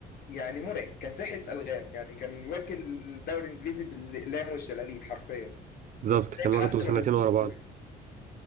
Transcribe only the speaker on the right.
بالظبط
كان
واخده
سنتين
ورا
بعض